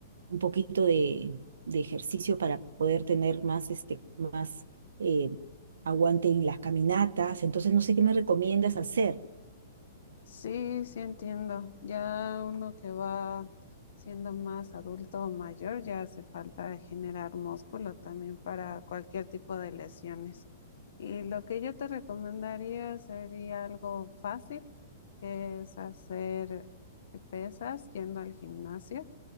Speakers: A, on the right; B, on the left.
A: un poquito de, de ejercicio para poder tener más este más eh, aguante en las caminatas, entonces no sé qué me recomiendas hacer.
B: Sí, sí entiendo. Ya uno que va siendo más adulto o mayor, ya hace falta generar músculo también para cualquier tipo de lesiones. Y lo que yo te recomendaría sería algo fácil, que es hacer pesas yendo al gimnasio.